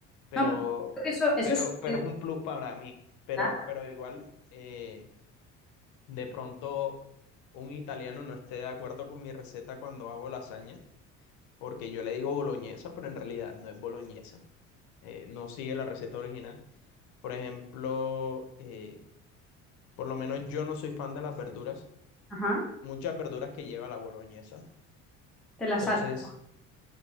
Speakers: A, on the left; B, in the centre.
A: pero,
B: No, pero creo que eso, eso
A: pero,
B: es súper
A: pero es un plus para mí. Pero,
B: claro,
A: pero igual, eh, de pronto un italiano no esté de acuerdo con mi receta cuando hago lasaña, porque yo le digo boloñesa, pero en realidad no es boloñesa. Eh, no sigue la receta original. Por ejemplo, eh, por lo menos yo no soy fan de las verduras
B: Ajá,
A: muchas verduras que lleva la boloñesa.
B: te la salta.
A: Entonces,